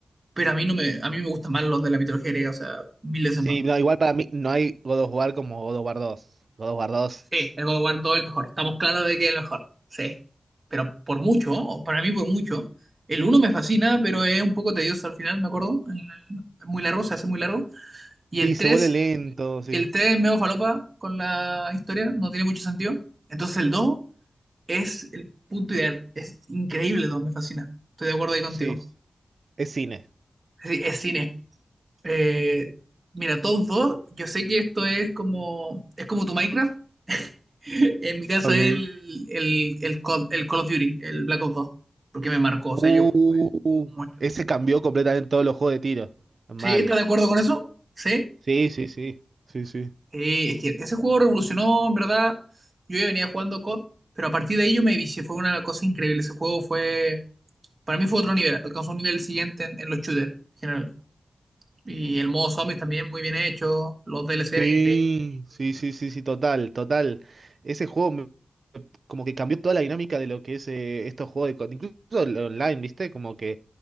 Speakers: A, on the right; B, on the right.
A: pero a mí no me, a mí me gustan más los de la mitología griega, o sea, mil veces
B: sí,
A: más.
B: no, igual para mí no hay God of War como God of War dos. God of War dos.
A: Sí, el God of War 2 es el mejor. Estamos claros de que es el mejor. Sí. Pero por mucho, o para mí por mucho. El uno me fascina, pero es un poco tedioso al final, me acuerdo. El- Es muy largo, se hace muy largo. Y
B: Sí,
A: el 3
B: se vuelve lento, sí.
A: el 3 es medio falopa con la historia, no tiene mucho sentido. Entonces el 2 es el punto ideal. Es increíble, dos, me fascina. Estoy de acuerdo ahí contigo.
B: Sí, es cine.
A: Es, es cine. Eh, mira, todos dos, yo sé que esto es como, es como tu Minecraft. <laughs> En mi caso
B: Ok.
A: es el, el, el, Call, el Call of Duty, el Black Ops dos porque me marcó. O
B: Uh,
A: sea, yo jugué eso mucho.
B: ese cambió completamente todos los juegos de tiro. Mal.
A: ¿Sí? ¿Estás de acuerdo con eso? Sí.
B: Sí, sí, sí. Sí, sí.
A: Sí, es que ese juego revolucionó, en verdad. Yo ya venía jugando COD, pero a partir de ahí yo me vicié. Fue una cosa increíble. Ese juego fue, para mí fue otro nivel. Alcanzó un nivel siguiente en, en los shooters. en general. Y el modo zombies también muy bien hecho. Los DLC
B: Sí,
A: eran increíbles.
B: sí, sí, sí, sí, total, total. Ese juego me- como que cambió toda la dinámica de lo que es eh, estos juegos de... co- Incluso el online, ¿viste? Como que